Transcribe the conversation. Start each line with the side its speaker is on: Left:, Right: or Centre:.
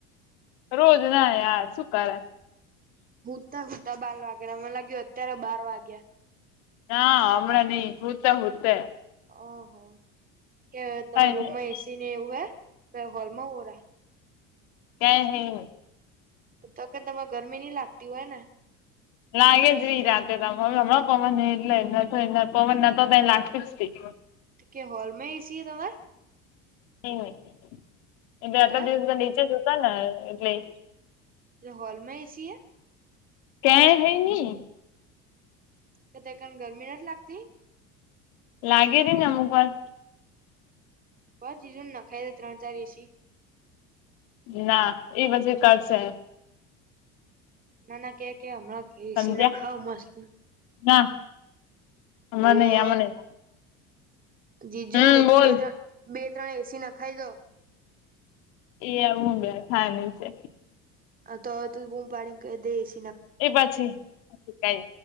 Left: રોજ ના યાર શું કરે.
Right: હું ત હું ત બાર વાગ્યા ના મને લાગ્યું અત્યારે બાર વાગ્યા.
Left: ના હમણાં નહીં હુંતે હુંતે.
Right: ઓ હો. કે તમારા
Left: ક્યાંય
Right: રૂમમાં એ સી ને એવું હૈ? તોએ હોલમાં હું રે.
Left: કેહ હૈ.
Right: તો કે તમે ગરમી નહીં લાગતી હોય ને?
Left: લાગે જ રી રાતેરા તમે હવે હમણાં પવન એટલે પવન ના તો ત લાગતીજ થી.
Right: તો કે હોલ માં એ સી હ તમાર?
Left: નહીં હોય. એટલે આટલા
Right: હા
Left: દિવસમાં નીચે જો ત ને એટલે એ
Right: એલો હોલ માં એ સી હૈ.
Left: કે હૈ ની?
Right: કે તે કણ ગરમી નથ લાગતી?
Left: લાગે રેને અમુક વાર.
Right: પ જીજું નાખાઈ ત્રણ ચાર એ સી.
Left: ના એ પછી કરશે.
Right: ના ના કે કે હમણાં કે એ
Left: સમજ્યા
Right: સી ને ખાઓ મસ્ત.
Left: ના. આમાં
Right: હેલો
Left: નહી આમાં નહી
Right: જી જો
Left: હમ બોલ
Right: બે ત બે ત્રણ એસી ના ખાઈ દો
Left: એ આવુંડ હાનું છે,
Right: તો તું બૂમ પાડી દેશ
Left: એ પછી પછી